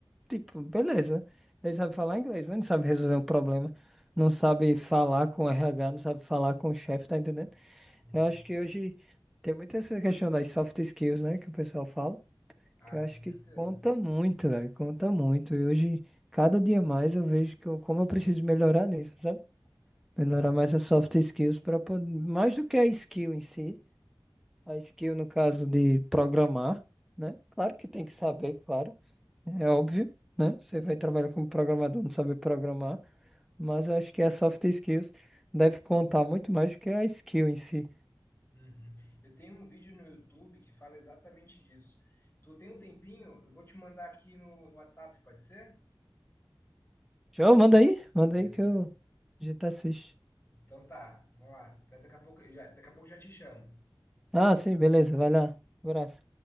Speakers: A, in the centre; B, on the left.
A: Tipo, beleza, ele sabe falar inglês, mas não sabe resolver um problema, não sabe falar com o RH, não sabe falar com o chefe, tá entendendo?
B: Uhum.
A: Eu acho que hoje tem muito essa questão das soft skills, né, que o pessoal fala,
B: Ah,
A: que eu acho
B: com certeza.
A: que conta muito, velho, conta muito. E hoje, cada dia mais, eu vejo que eu, como eu preciso melhorar nisso, sabe? Melhorar
B: Uhum.
A: mais as soft skills para poder, mais do que a skill em si. A skill, no caso de programar, né? Claro que tem que saber, claro. É óbvio, né? Você vai trabalhar como programador, não saber programar. Mas eu acho que a soft skills deve contar muito mais do que a skill em si.
B: Uhum. Eu tenho um vídeo no YouTube que fala exatamente disso. Tu tem um tempinho? Eu vou te mandar aqui no, no WhatsApp, pode ser?
A: João, manda aí, manda
B: Beleza?
A: aí que eu... a gente assiste.
B: Então tá, vamos lá. Até daqui a pouco, já, daqui a pouco já te chamo.
A: Ah, sim, beleza, vai lá. Abraço.